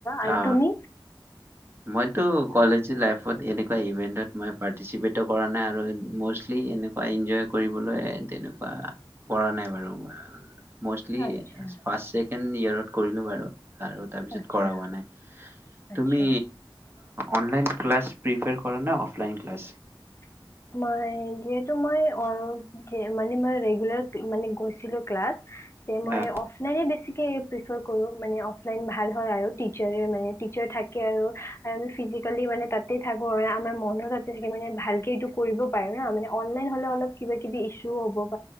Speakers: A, on the left (about 30°); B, on the right (about 25°).
A: আৰু
B: অ
A: তুমি
B: মইতো কলেজ লাইফ লত এনেকুৱা ইভেণ্টত মই পাৰ্টিচিপেটোো কৰা নাই আৰু ম'ষ্টলি এনেকুৱা এনজয় কৰিবলৈ তেনেকুৱা কৰা নাই বাৰু মষ্টলি
A: আচ্ছা
B: ফাৰ্ষ চছেকেণ্ড ইয়ৰত কৰিলো আৰু আৰু তাৰপিছত
A: আচ্ছা
B: তুি
A: আচ্ছা
B: অনলাইন ক্ল প্ৰিফাৰ কৰে ন অফলাইন ক্ল
A: ৰে্া
B: অ',
A: কৰিব পাৰি না মানে অনলাইন হলে অলপ কিবা কিবি ইছ্যুও হ'ব